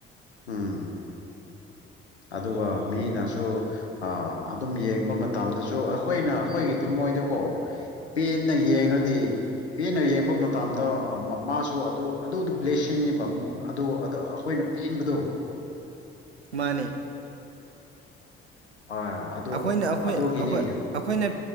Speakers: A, on the left (about 85°); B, on the right (about 80°).
A: ꯎꯝ ꯑꯗꯨꯒ ꯃꯤꯅꯁꯨ ꯑ ꯑꯗꯨꯝ ꯌꯦꯡꯕ ꯃꯇꯝꯗꯁꯨ ꯑꯩꯈꯣꯏꯅ ꯑꯩꯈꯣꯏꯒꯤ ꯊꯃꯣꯏꯗꯀꯣ ꯄꯦꯟꯅ ꯌꯦꯡꯉꯗꯤ
B: ꯎꯝ
A: ꯄꯦꯅ ꯌꯦꯡꯕ ꯃꯇꯝꯗ ꯃꯥꯁꯨ ꯑꯗꯨ ꯑꯗꯨꯗ ꯕ꯭ꯂꯦꯁꯤꯡꯅꯤꯕ ꯑꯃꯨ ꯑꯗꯨ ꯑ ꯑꯩꯈꯣꯏꯅ ꯌꯦꯕꯗꯣ
B: ꯃꯥꯅꯦ
A: ꯑꯣꯏ ꯑꯗꯨ
B: ꯑꯩꯈꯣꯏꯅ ꯑꯩꯈꯣꯏ
A: ꯑꯗꯨꯒꯤꯅꯤ
B: ꯑꯩꯈꯣꯏ ꯑꯩꯈꯣꯏꯅ